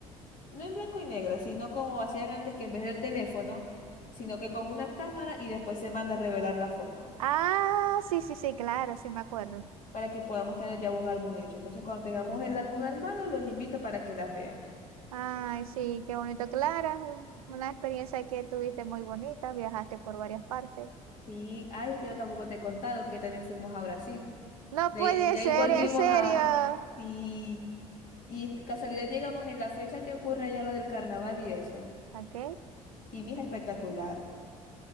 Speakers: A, on the left (about 45°); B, on the right (about 80°).
A: no en blanco y negro, sino como hacían antes que en vez del teléfono, sino que con una cámara y después se manda a revelar la foto
B: Ah, sí, sí, sí, claro, sí me acuerdo.
A: para que podamos tener ya un álbum hecho. Entonces, cuando tengamos el álbum armado, los invito para que las vean.
B: Ay, sí, qué bonito, Clara, es un- una experiencia que tuviste muy bonita, viajaste por varias partes.
A: Sí, ay, es que yo tampoco te he contado que también fuimos a Brasil.
B: No
A: De
B: puede
A: ahí, de
B: ser,
A: ahí volvimos
B: en serio.
A: a... Sí, y casualidad llegamos en la fecha que ocurre allá lo del carnaval y eso.
B: ¿Ok?
A: Y mija, espectacular. O